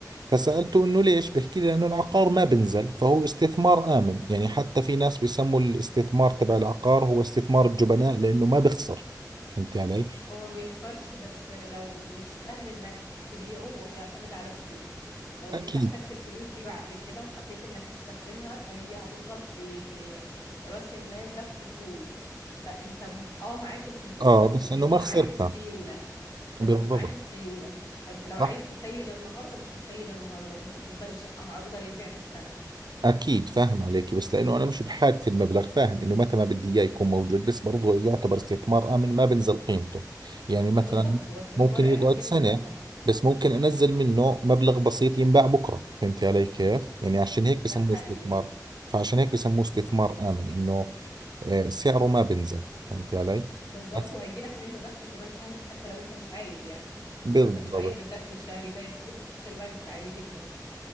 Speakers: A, on the right (about 75°); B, on the left (about 60°).
A: فسألته إنه ليش بحكي لي لأنه العقار ما بنزل فهو استثمار آمن يعني حتى في ناس بيسموا الاستثمار تبع العقار هو استثمار الجبناء لأنه ما بخسر فهمتي علي
B: هو ما بيخسرش بس لو مش سهل انك تبيعه هو بيعتمد على السوق لو
A: أكيد
B: انت احتجت الفلوس دي بعد كده وحبيت انك تستخدمها فهي هتفضل في في رأس المال ده في اصول فانت م- اه معاك الفلوس
A: اه
B: بس
A: بس
B: مش
A: انه ما
B: معاك
A: خسرتها
B: السيولة بس
A: بالضبط
B: مش معاك السيولة فانت لو عايز
A: صح
B: تسيل النهارده مش هتسيل النهارده ممكن تفضل الشقة معروضة للبيع بالسنة
A: اكيد فاهم عليك بس لانه انا مش بحاجة المبلغ فاهم انه متى ما بدي اياه يكون موجود بس برضه يعتبر استثمار امن ما بنزل قيمته يعني مثلا
B: بالظبط هو استثمار
A: ممكن يقعد
B: آمن جدا
A: سنة
B: طبعا
A: بس ممكن انزل منه مبلغ بسيط ينباع بكرة فهمت علي كيف يعني عشان هيك
B: ده
A: بسموه
B: حقيقي
A: استثمار
B: آه.
A: فعشان هيك بسموه استثمار امن انه آه، سعره ما بنزل فهمت علي
B: بالظبط
A: بس
B: وهيجي لك منه دخل كمان شهري حتى لو انت مش عايز يعني
A: بالضبط
B: لو انت مش عايز الدخل الشهري ده يا سيدي حطه في البنك عادي جدا